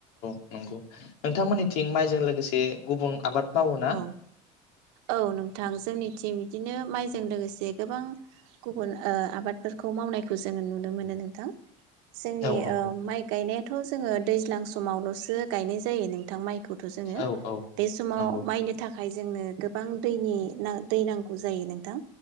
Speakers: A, on the left; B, on the right.
A: नंग नोंथांमोननिथिं माइजों लोगोसे गुबुन आबाद मावो ना
B: औ औ नोंथां जोंनिथिं बिदिनो माइजों लोगोसे गोबां गुबुन ओ आबाद फोरखौ मावनायखौ जोङो नुनो मोनो नोंथां जोंनि
A: औ नंगौ
B: ओ माइ गायनाय थ जोङो दैज्लां समावलसो गायनाय जायो नोंथां माइ खौथ जोङो
A: औ औ
B: बे समाव
A: नंगौ
B: नि थाखाय जोंनो गोबां दैनि नां दै नांगौ जायो नोंथां